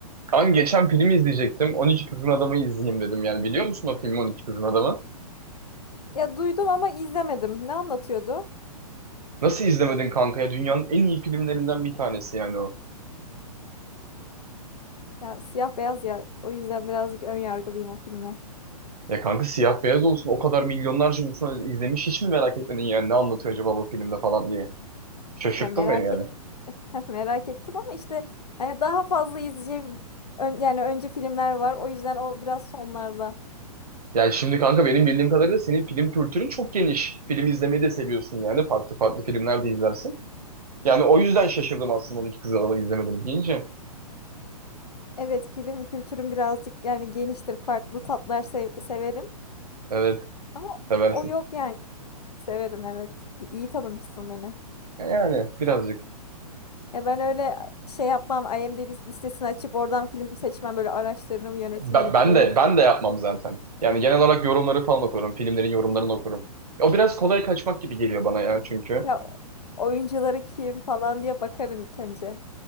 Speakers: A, on the right; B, on the left.
A: Kanka geçen film izleyecektim. 12 Kızgın Adam'ı izleyeyim dedim yani. Biliyor musun o filmi on iki Kızgın Adam'ı?
B: Ya duydum ama izlemedim. Ne anlatıyordu?
A: Nasıl izlemedin kanka ya? Dünyanın en iyi filmlerinden bir tanesi yani o.
B: Ya siyah beyaz ya. O yüzden birazcık ön yargılıyım o filme.
A: Ya kanka siyah beyaz olsun o kadar milyonlarca insan izlemiş hiç mi merak etmedin yani ne anlatıyor acaba bu filmde falan diye. Şaşırttın
B: Ya merak
A: beni yani.
B: et <laughs> merak ettim ama işte hani daha fazla izleyeceğim ön- yani önce filmler var. O yüzden o biraz sonlarda.
A: Yani şimdi kanka benim bildiğim kadarıyla senin film kültürün çok geniş. Film izlemeyi de seviyorsun yani. Farklı farklı filmler de izlersin. Yani o yüzden şaşırdım aslında 12 Kızgın Adam'ı izlemedim deyince.
B: Evet film kültürüm birazcık yani geniştir. Farklı tatlar sev- severim.
A: Evet
B: Ama
A: seversin.
B: o yok yani. Severim evet. İyi tanımışsın beni.
A: Yani birazcık.
B: Ya ben öyle şey yapmam. IMDb listesini açıp oradan film seçmem. Böyle araştırırım. Yönetmeni
A: Ben,
B: kim?
A: ben de ben de yapmam zaten. Yani genel olarak yorumları falan okurum. Filmlerin yorumlarını okurum. O biraz kolay kaçmak gibi geliyor bana ya çünkü.
B: Ya oyuncuları kim falan diye bakarım ilk önce.